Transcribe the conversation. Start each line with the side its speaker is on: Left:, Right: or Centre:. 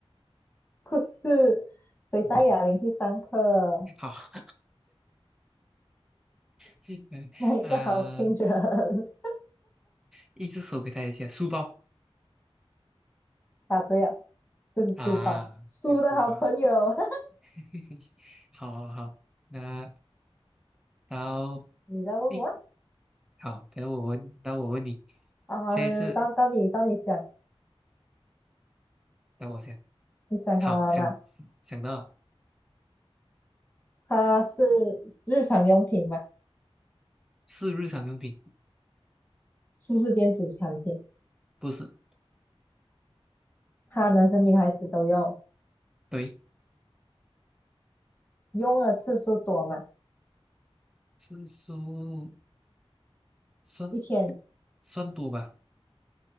Left: 不是，谁带哑铃去上课？
Centre: 不是好，<laughs> 嗯呃，
Left: 哪一个好心人？<laughs>
Centre: 一只手给他一下书包
Left: 答对了，就是书包，
Centre: 啊，
Left: 书的好朋友。
Centre: 就书包。
Left: <laughs>
Centre: <laughs> 好好好，那然后
Left: 你在问我啊？
Centre: 诶，好，等下我问，等下我问你，
Left: 啊，
Centre: 现在是
Left: 对对，到到你到你想，
Centre: 等我想，
Left: 你想好了吗？
Centre: 好想想到了
Left: 它是日常用品嘛，
Centre: 是日常用品，
Left: 是不是电子产品？
Centre: 不是，
Left: 它男生女孩子都用，
Centre: 对，
Left: 用的次数多嘛？
Centre: 是书算
Left: 一天，
Centre: 算多吧，